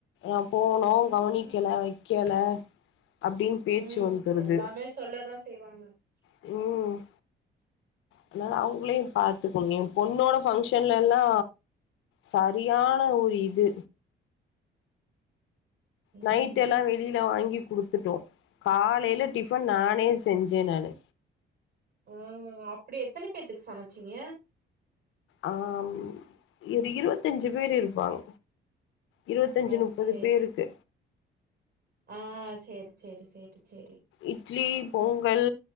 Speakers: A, on the left; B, on the right.
A: அ போனோ
B: கரெக்ட்டு
A: கவனிக்கல
B: தா
A: வக்கெல அப்டின்னு பேச்சு
B: ம்
A: வந்துருது
B: எல்லாமே சொல்லதா செய்வாங்க
A: ம் அதனால அவ்ங்களையு பாத்துக்கணு எ பொண்ணோட ஃபங்க்ஷன்லெல்லா சரியான ஒரு இது
B: ம்
A: நைட்டெல்லா வெளில வாங்கி குடுத்துட்டோ காலைல டிஃபன் நானே செஞ்சே நானு
B: ம் அப்டி எத்தன பேத்துக்கு சமச்சீங்க
A: ஆம் ஒரு இருவத்தஞ்சு பேரு இருப்பாங்க இருவத்தஞ்சு
B: ஆ
A: முப்பது
B: சேரி
A: பேருக்கு
B: சே ஆ சேரி சேரி சேரி சேரி
A: இட்லி பொங்கல்